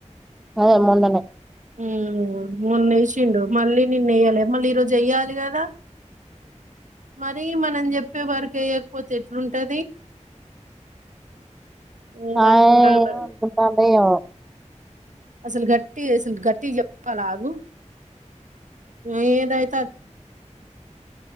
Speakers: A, in the centre; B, on the right.
A: అ మొన్ననే
B: ఉ మొన్న వేసిిండు మళ్ళీ నిన్ను వయ్యాలే మళ్ళీ ఈరోజు వయ్యాలి కదా మర మనం చెప్పే వరకు వేయ్యకపోతే ఎట్లుంటది ఏమనుకుంటాండో
A: ఆ ఎం అనుకుంటండో ఏమో
B: అసలు గట్టిగా గట్టిగ చెప్పాలే అగు ఏది అయితే అది